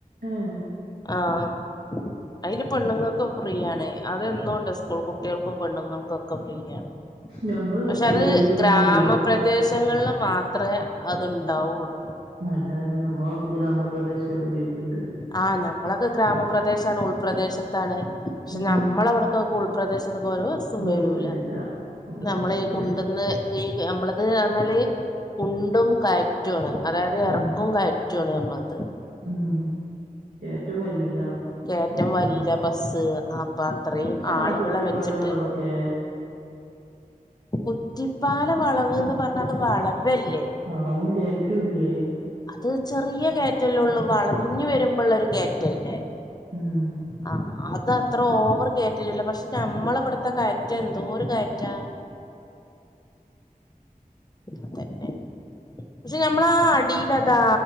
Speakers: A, on the right (about 85°); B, on the left (about 25°).
A: ഏഹ്
B: ആഹ് അയില് പെണ്ണുങ്ങക്കും ഫ്രീ ആണ് അത് എന്നോ ഉണ്ട് സ്കൂൾ കുട്ട്യാൾക്കും പെണ്ണുൾക്കൊക്കെ ഒക്കെ ഫ്രീയാണ്
A: ഞമ്മള്
B: പക്ഷെ
A: ഡ്രൈവിങ്
B: അത്
A: കഴിഞ്ഞ്
B: ഗ്രാമപ്രദേശ
A: വരുമ്പളൊക്കെ
B: ദേശങ്ങളിൽ മാത്രമേ അത്ണ്ടാവുള്ളൂ
A: നല്ലതല്ലേ നമ്മളൊക്കെ ഗ്രാമപ്രദേശല്ലേ ചോയിക്ക്ണ്ട്
B: ആഹ് ഞമ്മളൊക്കെ ഗ്രാമപ്രദേശാണ് ഉൾപ്രദേശത്താണ് ശെ
A: ഉം
B: ഞമ്മളവുടുക്കൊകുൾപ്രദേശത് ട്ക്കൊരു വസ്സും വരൂല
A: ബസ് വരില്ല അതാണ്
B: നമ്മളീ
A: വിഷയം
B: കുണ്ട്ന്ന് ഈ ഞമ്മളത്അറിഞ്ഞാല് കുണ്ടും കയറ്റോണ് അതായത് എറക്കും
A: ഉം
B: കയറ്റൊ റ്റോ ണ് ഞമ്മൾത്
A: ഉം കേറ്റോം വലീല
B: കയറ്റം
A: ബസ്സൊന്നും
B: വലിയില ബസ്സ് അപ്പൊ അത്രീം
A: പക്ഷെ
B: ആള്കളെ
A: ആ കുറ്റിപ്പാലം
B: വെച്ചിട്ട്
A: വളവൊക്കെ
B: കുറ്റിപ്പാല വളവ്ന്ന് പറഞ്ഞാ അത് വളവ്വെല്ലേ
A: വളവും കേറ്റൂല്ലേ
B: അത് ചെറിയ കേറ്റല്ലോള്ളൂ വളഞ്ഞ് വരുമ്പൊള്ളൊരു കേറ്റല്ലേ
A: ഉം
B: ആഹ് അതെ ഇത്രോവറ് കയറ്റല്ലാല്ലോ പക്ഷെ ഞമ്മളവ്ടുത്തെ കയറ്റെന്തോരു കയറ്റാ? അതെന്നെ പശെ ഞമ്മളാ അടീലതാ